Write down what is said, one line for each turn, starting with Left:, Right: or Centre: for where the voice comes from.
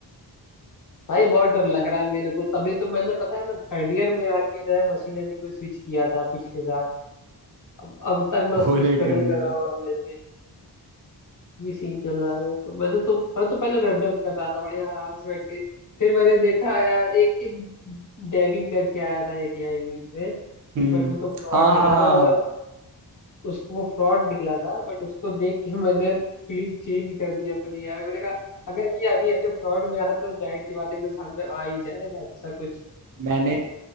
Left: भाई बहुत डर लग रहा है मेरे को तभी तो मैंने पता है ना थर्ड ईयर में आके जो है मशीन लर्निंग में स्विच किया था पिछले साल अब अब तक मैं
Right: बहुत
Left: उस पर
Right: लेट
Left: स्ट्रगल
Right: कर दिया
Left: कर रहा हूँ मेरे पे ये सीन चल रहा है तो मैंने तो मैं तो पहले वेब डेव कर रहा था बढ़िया आराम से बैठ के फिर मैंने देखा यार एक एक डेविन करके आया था एक एआई बीच में
Right: हम्म
Left: बट वो तो फ्रॉड
Right: हाँ
Left: निकला
Right: हाँ हाँ
Left: था मगर उसको वो फ्रॉड निकला था बट उसको देख के मैंने फील्ड चेंज कर दी अपनी यार मैंने कहा अगर ये अभी ऐसे फ्रॉड में आ रहा तो जाहिर सी बात है कि साल में आ ही जाएगा अच्छा कुछ
Right: मैंने